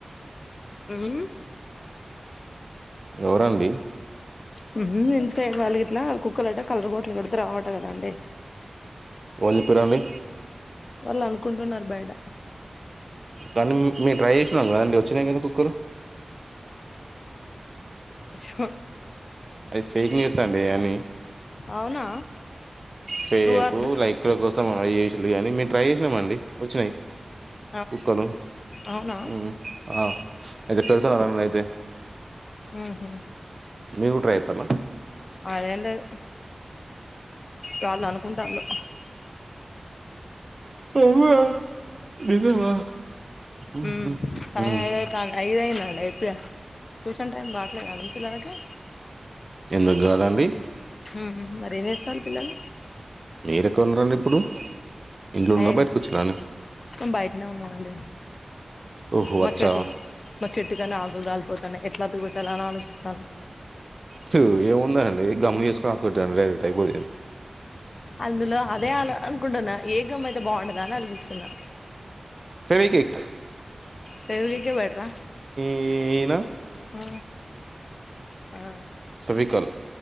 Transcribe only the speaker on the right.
ఎవరండి
ఒళ్ళు చేపిరు అవి
కానీ మీరు ట్రై చేసినర్ కదండి వచ్చినాయి కదా కుక్కలు
అది ఫేక్ న్యూస్ అండి అన్ని
ఫేకు
లైక్ల కోసం అయి చేసిండ్రు గానీ మేము ట్రై చేసినాం అండి వచ్చినాయి
కుక్కలు
మ్ ఆ అయితే పెడతారది అయితే
మీరు ట్రై చేస్తురా
<unintelligible> నిజమా
ఉమ్,
ఉమ్,
ఉమ్.
ఎందుకు కాదాండి
మీర ఎక్కడ ఉన్నారండి ఇప్పుడు ఇంట్లో ఉన్నారా
బయటకు వచ్చిరా అండి
ఓహో
అచ్చా
తు ఏముందండి గమ్ చేసుకో అతుకు పెట్టండి అయిపోద్ది
ఫెవికిక్
ఏనా
సవికల్